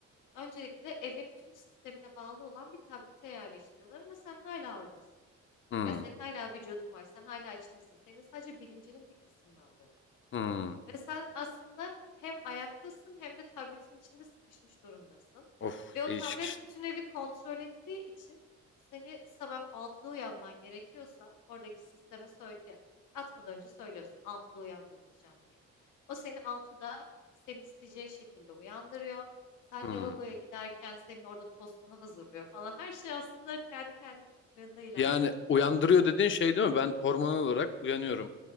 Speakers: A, on the left; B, on the left.
A: Öncelikle evin tüm sistemine bağlı olan bir tablete yerleştiriyorlar ama sen hala oradasın.
B: Hmm.
A: Ya senin hala vücudun var. Sen hala içindesin. Senin sadece bilincinin bir kısmını alıyorlar.
B: Hmm.
A: Ve sen aslında hem ayaktasın hem de tabletin içinde sıkışmış durumdasın.
B: Of
A: Ve o
B: değişik
A: tablet
B: işte.
A: bütün evi kontrol ettiği için seni sabah altıda uyanman gerekiyorsa oradaki sisteme söyle atmadan önce söylüyorsun altıda uyandırılacağım diye. O seni altıda senin isteyeceğin şekilde uyandırıyor. Sen
B: Hmm.
A: lavaboya giderken senin orada tostunu hazırlıyor falan. Her şey aslında kendi kendi tıkırında ilerliyor.
B: Yani uyandırıyor dediğin şey değil mi? Ben hormonal olarak uyanıyorum.